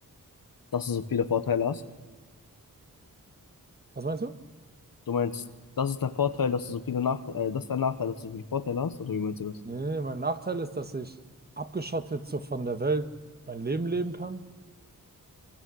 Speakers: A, on the left; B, on the right.
A: dass du so viele Vorteile hast.
B: Was meinst du?
A: Du meinst, das ist der Vorteil, dass du so viele Nachteile, äh, das ist der Nachteil, dass du so viele Vorteile hast, oder wie meinst du das?
B: Nee, nee, nee, mein Nachteil ist, dass ich abgeschottet so von der Welt mein Leben leben kann.